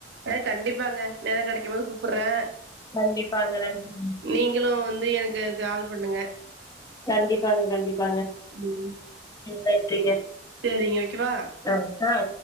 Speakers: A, on the right; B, on the left.
A: ஆ கண்டிப்பாங்க நேரோ கெடைக்குபோது கூப்பறே
B: கண்டிப்பாங்க நன்றிங்க
A: நீங்களு வந்து எனக்கு கால் பண்ணுங்க
B: கண்டிப்பாங்க கண்டிப்பாங்க
A: ம்
B: ம் நன்றிங்க
A: சேரிங்க வெய்க்கவா
B: ஆ ஆ